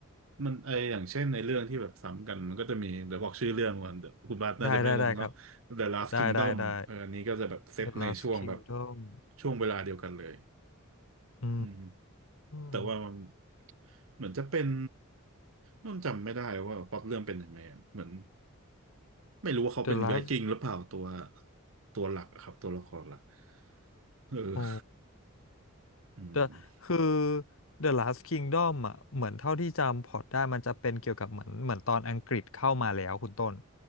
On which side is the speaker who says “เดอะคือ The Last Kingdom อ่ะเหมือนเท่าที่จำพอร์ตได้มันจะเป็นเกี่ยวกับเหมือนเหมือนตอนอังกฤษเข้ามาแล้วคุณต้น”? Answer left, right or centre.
Left